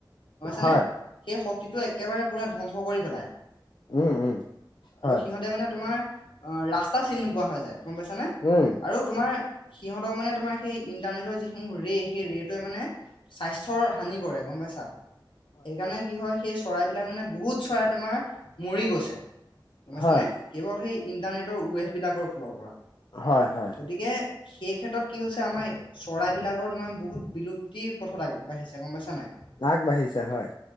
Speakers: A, on the left (about 80°); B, on the left (about 65°).
A: হৈছে
B: হয়
A: নে, সেই শক্তিটো একেবাৰে পুৰা ধ্বংস কৰি পেলায়।
B: উম, উম, হয়।
A: সিহঁতে মানে তোমাৰ অ, ৰাস্তা চিনি নোপোৱা হৈ যায় গম পাইছানে?
B: উম,
A: আৰু তোমাৰ সিহঁতক মানে, তোমাৰ সেই ইণ্টাৰনেটৰ যিসমূহ ৰে' সেই ৰে'টোৱে মানে স্বাস্থ্যৰ হানি কৰে গম পাইছা। সেইকাৰণে কি হ'য়, সেই চৰাইবিলাক মানে বহুত চৰাই তোমাৰ মৰি গৈছে। গম পাইছানে।
B: হয়
A: কেৱল সেই ইণ্টাৰনেটৰ ৱেভবিলাকৰ ফালৰ পৰা
B: হয় হয়
A: গতিকে সেই ক্ষেত্ৰত কি হৈছে আমাৰ চৰাইবলাকৰ তোমাৰ বহুত বিলুপ্তি পথত আগ বাঢ়িছে গম পাইছাঁ নে নাই।
B: আগ বাঢ়িছে হয়।